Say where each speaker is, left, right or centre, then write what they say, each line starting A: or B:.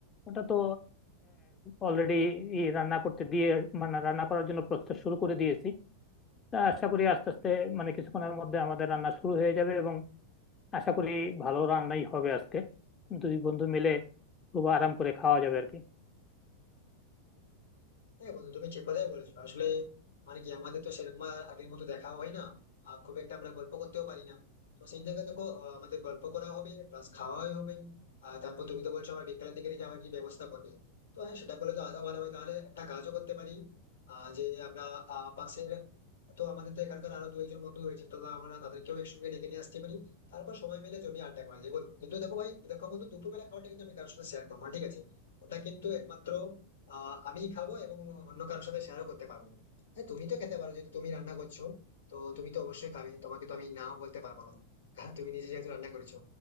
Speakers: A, on the left; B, on the left.
A: ওটা তো অলরেডি রান্না করতে দিয়ে মানে রান্না করার জন্য প্রসেস শুরু করে দিয়েছি তা আশা করি আস্তে আস্তে মানে কিছুক্ষণের মধ্যে আমাদের রান্না শুরু হয়ে যাবে এবং আশা করি ভালো রান্নাই হবে আজকে দুই বন্ধু মিলে খুব আরাম করে খাওয়া যাবে আর কি
B: হ্যাঁ বন্ধু তুমি ঠিক কথাই বলেছো আসলে মানে কি আমাদের তো সেরকম আর আগের মতো দেখাও হয় না আর খুব একটা আমরা গল্প করতেও পারি না তো সেই জায়গায় দেখো আহ, আমাদের গল্প করা হবে প্লাস খাওয়াই হবে আর তারপর তুমি তো বলছো আমার বিকেলের দিকে নাকি আমার কি ব্যবস্থা করবে তো হ্যাঁ সেটা করলে তো আরো ভালো হয় তাহলে একটা কাজও করতে পারি আহ যে আমরা আহ পাশের তো আমাদের তো এখানকার আরো দু একজন বন্ধু রয়েছে তো আমরা তাদেরকেও একসঙ্গে ডেকে নিয়ে আসতে পারি তারপর সময় মিলে জমি আড্ডা করা যায় বলো কিন্তু দেখো ভাই দেখো বন্ধু দুপুরবেলা খাওয়াটা কিন্তু আমি কারোর সাথে শেয়ার করবো না, ঠিক আছে ওটা কিন্তু একমাত্র আহ আমি খাবো এবং অন্য কারোর সাথে শেয়ারও করতে পারবো না। হ্যাঁ তুমি তো খেতে পারো যেহেতু তুমি রান্না করছো তো তুমি তো অবশ্যই খাবে তোমাকে তো আমি নাও বলতে পারবো না কারণ তুমি নিজে যেহেতু রান্না করেছো